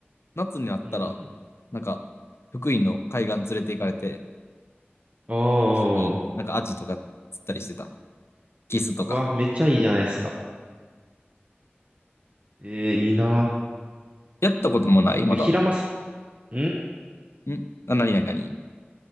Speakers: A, on the left; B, on the right.
A: 夏になったら、
B: うんうんうん。
A: なんか、福井の海岸連れて行かれて、
B: おー、
A: 一緒になんかアジとか釣ったりしてた。キスとか。
B: うわ、めっちゃいいじゃないですか。えー、いいな。
A: やったこともないまだ。
B: 僕、ヒラマサ、ん
A: んあ、なになになに